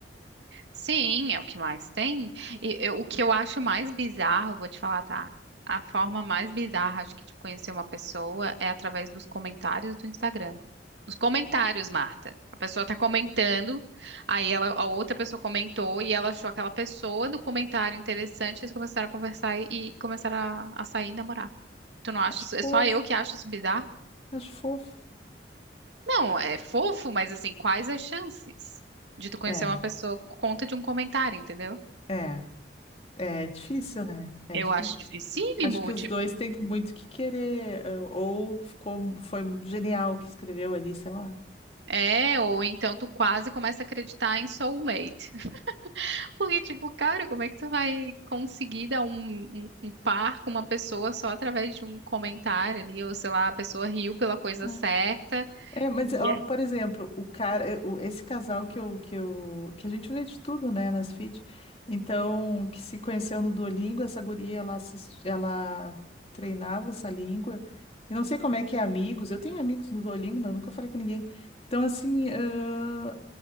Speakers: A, on the right (about 80°); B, on the left (about 35°).
A: Sim, é o que mais tem. E eu- o que eu acho mais bizarro, vou te falar, tá? A forma mais bizarra, acho que, de conhecer uma pessoa é através dos comentários do Instagram. Nos comentários, Marta. A pessoa tá comentando, aí ela, a outra pessoa comentou e ela achou aquela pessoa do comentário interessante, eles começaram a conversar e, e começaram a, a sair e namorar. Tu não acha
B: Acho
A: isso? É
B: fofo,
A: só eu que acho isso bizarro?
B: acho fofo.
A: Não, é fofo, mas assim, quais as chances de tu conhecer
B: É,
A: uma pessoa por conta de um comentário, entendeu?
B: é, é difícil, né? É
A: Eu
B: difícil.
A: acho dificílimo,
B: Acho que os
A: tipo,
B: dois têm muito que querer, eh, ou ficou, foi genial o que escreveu ali, sei lá.
A: é, ou então tu quase começa a acreditar em soulmate. <laughs> Porque, tipo, cara, como é que tu vai conseguir dar um, um, um par com uma pessoa só através de um comentário ali, ou sei lá, a pessoa riu pela coisa
B: É.
A: certa.
B: É, mas,
A: E
B: ó,
A: é.
B: por exemplo, o cara, eh, o- esse casal que eu, que eu, que a gente vê de tudo, né, nas feeds. Então, que se conheceu no Duolingo, essa guria, ela, assis- ela treinava essa língua. E não sei como é que é amigos. Eu tenho amigos no Duolingo, mas nunca falei com ninguém. Então, assim, ãh,